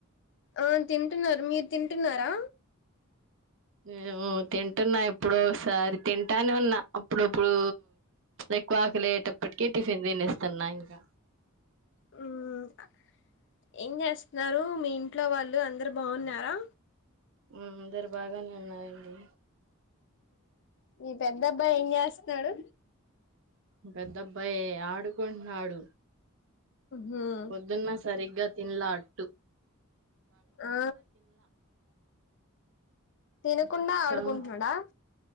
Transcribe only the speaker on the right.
ఏ ఓ తింటున్నా ఎప్పుడో ఒసారి తింటానే ఉన్నా అప్పుడప్పుడు ఎక్కువ ఆకలి లయ్యేటప్పటికీ టిఫిన్ తినేస్తున్నా ఇంకా
మ్మ్ అందరు బాగానే ఉన్నారండి
మీ పెద్దబాయ్ ఆడు కుంటునాడు
పొద్దున్న సరిగ్గా తిన్లా టు
సగం